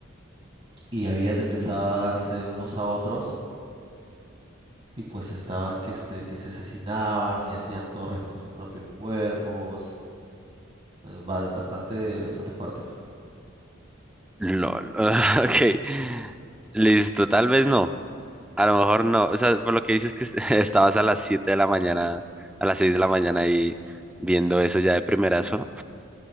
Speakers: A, on the right; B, in the centre.
A: y habían empezado a darse unos a otros y pues estaban que, este, que se asesinaban y hacían torres con sus propios cuerpos. eh, ba- Bastante, bastante fuerte.
B: LOL. <laughs> Ok, listo, tal vez no. A lo mejor no, o sea, por lo que dices que <laughs> estabas a las 7 de la mañana, a las 6 de la mañana y viendo eso ya de primerazo,